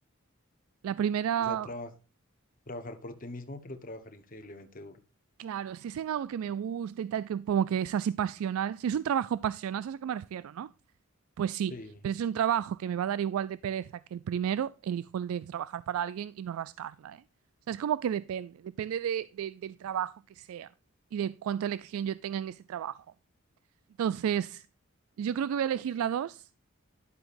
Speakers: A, on the right; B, on the left.
A: la primera,
B: O sea, traba- trabajar por ti mismo, pero trabajar increíblemente duro.
A: claro, si es en algo que me gusta y tal, que como que es así pasional. Si es un trabajo pasional, ¿sabes a qué me refiero, no? Pues sí,
B: Sí,
A: pero es un trabajo que me va a dar igual de pereza que el primero, elijo el de trabajar para alguien y no rascarla, ¿eh? O sea, es como que depende, depende de- de- del trabajo que sea y de cuánta elección yo tenga en ese trabajo. Entonces, yo creo que voy a elegir la dos,